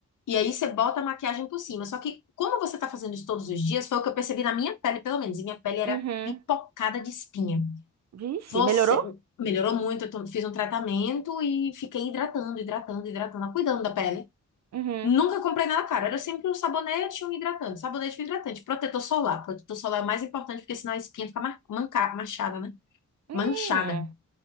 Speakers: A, on the left; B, on the right.
A: e aí você bota a maquiagem por cima. Só que como você tá fazendo isso todos os dias, foi o que eu percebi na minha pele, pelo menos, e minha pele era
B: Uhum.
A: pipocada de espinha.
B: Vixe,
A: Você
B: melhorou?
A: melhorou muito, eu to- fiz um tratamento e fiquei hidratando, hidratando, hidratando, cuidando da pele.
B: Uhum.
A: Nunca comprei nada caro, era sempre um sabonete e um hidratante, sabonete e um hidratante, protetor solar. Protetor solar é o mais importante porque senão a espinha fica mar- manca- manchada, né?
B: Hum.
A: Manchada.